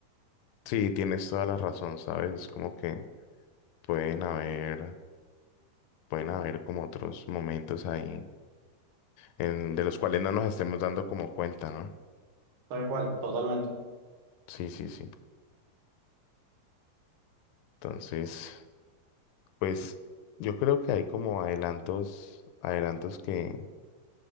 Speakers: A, on the left; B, on the right.
A: Sí, tienes toda la razón, ¿sabes? Es como que pueden haber, pueden haber como otros momentos ahí en, de los cuales no nos estemos dando como cuenta, ¿no?
B: Tal cual, totalmente.
A: Sí, sí, sí. Entonces, pues yo creo que hay como adelantos, adelantos que